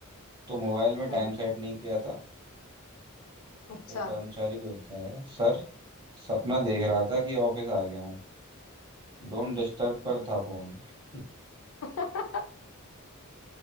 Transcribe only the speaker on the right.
तो मोबाइल में
टाइम सेट नहीं किया था
फिर कर्मचारी बोलता है सर सपना देख रहा था कि ऑफिस आ गया हूँ डोंट डिस्टर्ब पर था फोन <laughs>